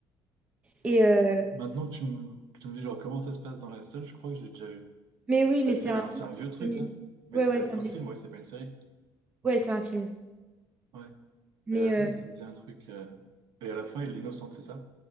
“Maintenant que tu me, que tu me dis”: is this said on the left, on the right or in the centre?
Right